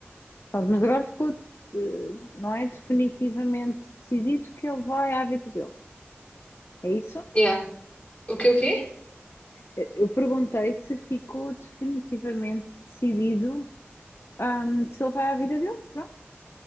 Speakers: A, on the left (about 65°); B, on the left (about 30°).
A: Pronto, mas agora ficou, eh, não é definitivamente decidido que ele vai à vida dele. É isso?
B: Yeah. O que o quê?
A: Eu eu perguntei se ficou definitivamente decidido, ahm, se ele vai à vida dele. Pronto.